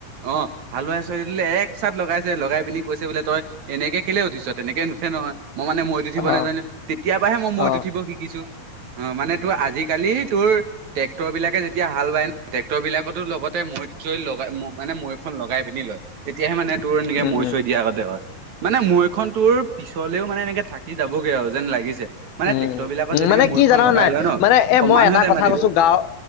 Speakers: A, on the right; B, on the left.
A: অ', হালোৱা এচাৰি দালে এক চাত লগাইছে। লগাই পিনি কৈছে, বোলে তই এনেকে কেলে উঠিছ, তেনেকে নুঠে নহয়। মই মানে মৈত উঠিব
B: অ অ
A: নাজানো, তেতিয়াপাহে মই মৈত
B: অ
A: উঠিব শিকিছো। অ', মানে তোৰ, আজিকালি তোৰ ট্ৰেক্টৰবিলাকে যেতিয়া হাল বায় ন', ট্ৰেক্টৰবিলাকতো লগতে মৈ চৈ লগাই, মানে মৈ খন লগাই পিনি লয়। তেতিয়াহে মানে তোৰ এনেকে
B: উম
A: মৈ
B: উম
A: চৈ দিয়া আগতে হয়। মানে মৈখন তোৰ পিছলেও মানে এনেকে থাকি যাবগে আৰু যেন লাগিছে। মানে
B: উম,
A: ট্ৰেক্টৰ বিলাকত যেনেকে
B: মানে
A: মৈখন
B: কি জানা
A: লগাই
B: নে নাই?
A: লয় ন
B: মানে এই
A: সমান
B: মই এটা
A: হৈ যায়
B: কথা
A: মাটিটো
B: কৈছো, গাওঁ